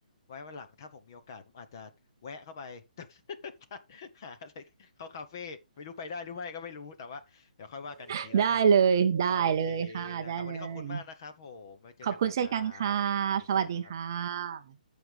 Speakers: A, on the left; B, on the right.
A: ไว้วันหลังถ้าผมมีโอกาสผมอาจจะแวะเข้าไป <laughs> หาอะไรเข้าคาเฟ่ไม่รู้ไปได้หรือไม่ก็ไม่รู้แต่ว่าเดี๋ยวค่อยว่ากันอีกทีละกัน
B: <laughs> ได้เลยได้เลยค่ะได้เลย
A: โอเคนะครับวันนี้ขอบคุณมากนะครับผมไว้เจอกันใหม่ครับสวัสดีครับ
B: ขอบคุณเช่นกันค่ะสวัสดีค่ะ